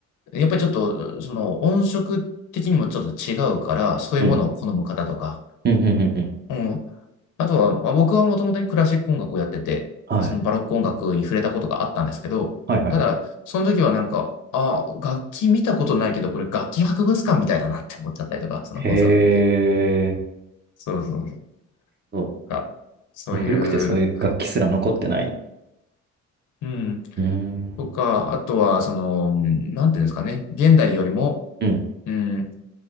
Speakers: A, on the left (about 85°); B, on the right (about 35°).
A: やっぱりちょっと、その音色的にもちょっと違うから、そういうものを好む方とか、
B: うん。うん。うん。うん
A: うん。あとは、まあ、僕はもともとクラシック音楽をやってて、
B: はい。
A: そのバロック音楽に触れたことがあったんですけど、
B: はいはいは
A: ただ、その時はなんか、あ、楽器見たことないけど、これ楽器博物館みたいだなって思っちゃったりとか、そのコンサート見て。
B: い。へえ。
A: そうそうそう。
B: そう
A: なんか、そういう
B: もう古くてそういう楽器すら残ってない。
A: うん。
B: うーん。
A: とか、あとは、その、うんなんていうんですかね。現代よりも、
B: うん。
A: うん、